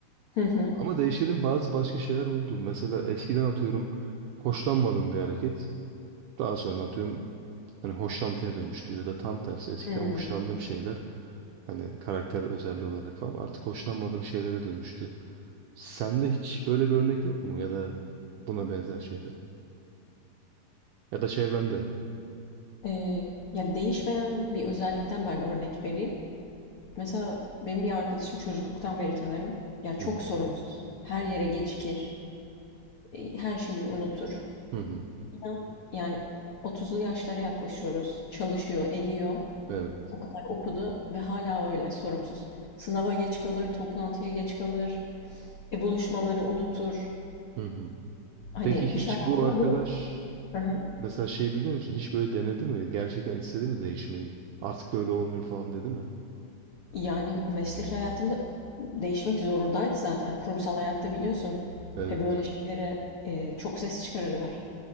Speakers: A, on the left; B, on the right.
A: Hı hı.
B: Ama değiştirdiğim bazı başka şeyler oldu. Mesela eskiden atıyorum hoşlanmadığım bir hareket. Daha sonra atıyorum hani hoşlantıya dönüştü ya da tam tersi eskiden
A: Hı.
B: hoşlandığım şeyler hani karakter özelliği olarak falan artık hoşlanmadığım şeylere dönüştü. Sende hiç böyle bir örnek yok mu ya da buna benzer şeyler ya da çevrende?
A: Ee, ya değişmeyen bir özellikten ben örnek vereyim. Mesela benim bir arkadaşım çocukluktan beri tanırım. Ya çok
B: Hı hı.
A: sorumsuz. Her yere gecikir. e, Her şeyi unutur.
B: Hı hı.
A: İnan, yani 30'lu yaşlara yaklaşıyoruz. Çalışıyor, ediyor.
B: Evet.
A: O kadar okudu ve hala öyle sorumsuz. Sınava geç kalır, toplantıya geç kalır. E, buluşmaları unutur.
B: Hı hı.
A: Hani
B: Peki
A: iş
B: hiç
A: hayatında
B: bu arkadaş
A: bunu... Hı hı.
B: mesela şey biliyor musun? Hiç böyle denedi mi? Gerçekten istedi mi değişmeyi? Artık böyle olmuyor falan dedi mi?
A: Yani meslek hayatında değişmek zorundaydı zaten. Kurumsal hayatta biliyorsun.
B: Evet.
A: E, böyle şeylere e, çok ses çıkarırlar.